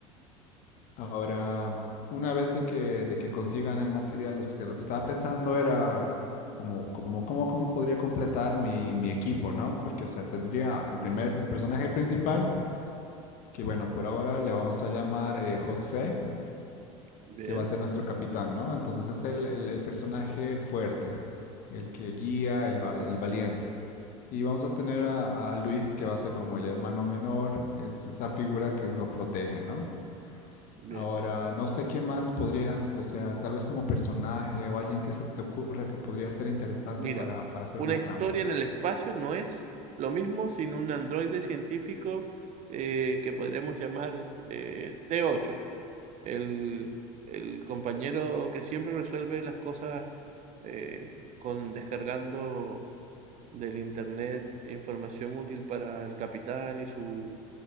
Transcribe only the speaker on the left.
Ahora, una vez de que, de que consigan el material, los que, lo que estaba pensando era como, como, cómo, cómo podría completar mi, mi equipo, ¿no? Porque, o sea, tendría el primer, el personaje principal, que bueno, por ahora le vamos a llamar eh, José.
que va a ser nuestro capitán, ¿no? Entonces es el, el- el personaje fuerte, el que guía, el, va- el valiente. Y vamos a tener a, a Luis, que va a ser como el hermano menor, es esa figura que uno protege, ¿no?
Ahora, no sé quién más podrías, o sea, tal vez como personaje o alguien que se te ocurra que podría ser interesante
para, para hacer
una
trama.